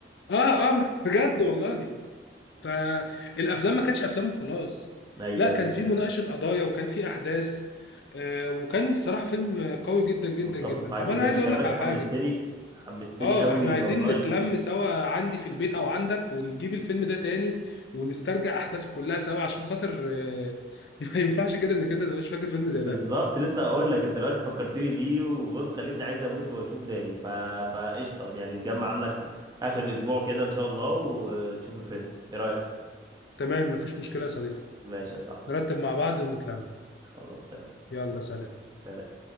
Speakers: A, on the left; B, on the right.
A: اه اه <laughs> بجد والله فالافلام ما كانتش افلام وخلاص
B: أيوه
A: لا كان
B: أيوه
A: في
B: فاهم
A: مناقشه قضايا وكان في احداث آه، وكان الصراحه فيلم قوي جدا جدا
B: متفق
A: جدا
B: معاك
A: طب
B: جدا
A: انا عايز
B: أنت
A: اقول
B: دلوقتي
A: لك على
B: حمستني
A: حاجه
B: حمستني
A: اه
B: قوي
A: احنا عايزين
B: والله
A: نتلم
B: ف...
A: سوا عندي في البيت او عندك ونجيب الفيلم ده تاني ونسترجع احداثه كلها سوا عشان خاطر آه، <laughs> ما ينفعش كده انك انت تبقاش فاكر فيلم زي
B: بالظبط
A: ده
B: لسه هقول لك انت دلوقتي فكرتني بيه وبص خليتني عايز اموت واشوفه تاني ف فقشطه يعني نجمع عنك اخر الاسبوع كده ان شاء الله ونشوف الفيلم ايه رايك
A: تمام مفيش مشكله يا صديقي
B: ماشي يا صاحبي
A: نرتب مع بعض ونتلم
B: خلاص تمام
A: يلا سلام
B: سلام